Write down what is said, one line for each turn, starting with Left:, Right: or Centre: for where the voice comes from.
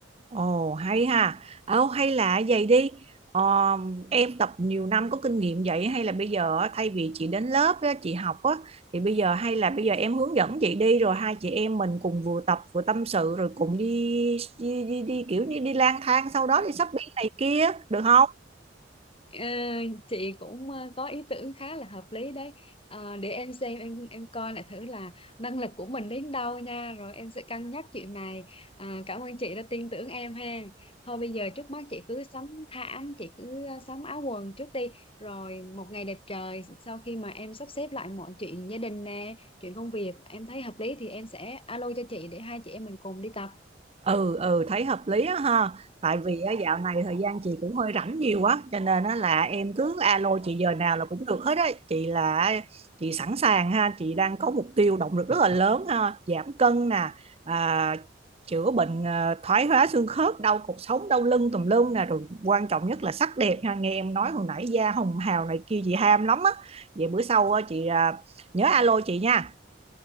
Right: Ồ hay ha. Ồ hay là vậy đi. Ờ, em tập nhiều năm có kinh nghiệm vậy hay là bây giờ á, thay vì chị đến lớp á, chị học á thì bây giờ hay là bây giờ em hướng dẫn chị đi rồi hai chị em mình cùng vừa tập vừa tâm sự rồi cùng đi đi đi, đi kiểu như đi lang thang sau đó đi shopping này kia được không?
Left: Ờ, chị cũng ờ, có ý tưởng khá là hợp lý đấy Ờ, để em xem em em coi lại thử là năng lực của mình đến đâu nha rồi em sẽ cân nhắc chuyện này à, cảm ơn chị đã tin tưởng em ha thôi bây giờ trước mắt chị cứ sắm thảm chị cứ ờ, sắm áo quần trước đi rồi một ngày đẹp trời sau khi mà em sắp xếp lại mọi chuyện gia đình nè chuyện công việc em thấy hợp lý thì em sẽ alo cho chị để hai chị em mình cùng đi tập
Right: Ừ, ừ, thấy hợp lý á ha. Tại vì á, dạo này thời gian chị cũng hơi rảnh nhiều quá, cho nên á, là em cứ alo chị giờ nào là cũng được hết á. Chị là chị sẵn sàng ha, chị đang có mục tiêu động lực rất là lớn ha, giảm cân nè, à, chữa bệnh à, thoái hóa xương khớp, đau cột sống, đau lưng tùm lum nè, rồi quan trọng nhất là sắc đẹp ha. Nghe em nói hồi nãy da hồng hào này kia chị ham lắm á. Vậy bữa sau á, chị à, nhớ alo chị nha.